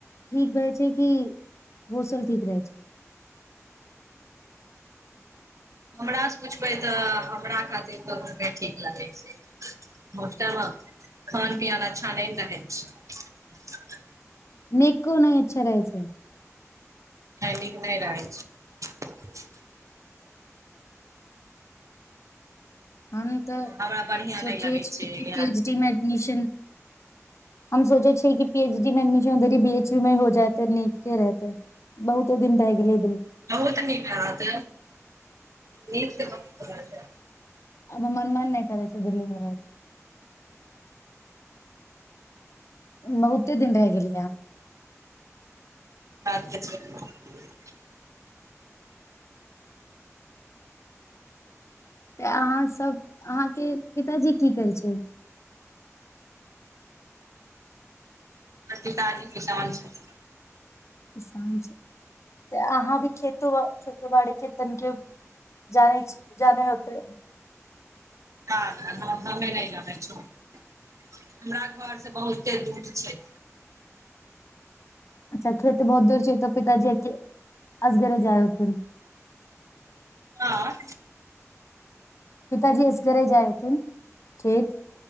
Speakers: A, on the left; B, on the right.
A: ठीक रहै छै कि होस्टल ठीक रहै छै।
B: हमरासँ पुछबै तऽ हमरा खातिर तऽ रूम नहि ठीक लगै छै होस्टलमे खान पन अच्छा नहि ने रहै छै।
A: नेक को नहिं अच्छा रहै छै।
B: नई निक नई रहई छै।
A: हम तऽ
B: हमरा बढ़िआँ
A: सोचै
B: नहि लगै
A: छियै
B: छै
A: कि
B: इएह
A: पीएच डी मे एडमिशन। हम सोचे छियै कि पी एचडी में एडमिशन बी एच वी में हो जाते नीके रहते बहुते दिन रहहि गेले।
B: न तनीराद न क। <unintelligible>
A: आब हमर मन नहि करै छै दिल्लीमे रहैके। बहुत। एते दिन रहि गेलियै हन
B: <unintelligible>
A: तऽ अहाँसभ अहाँके पिताजी की करै छै
B: हमर पिताजी किसान छथीन।
A: किसान छै तऽ अहाँ भी खेती बाड़ीके तनिके जानै जाने होवे।
B: ह म ल <inaudible> हमरा घरसँ बहुते दूर छै
A: अच्छा खेत बहुत दूर छै तऽ पिताजी अके-असगरे जाए होथिन
B: हाँ
A: पिताजी असगरे जाइहोथिन खेत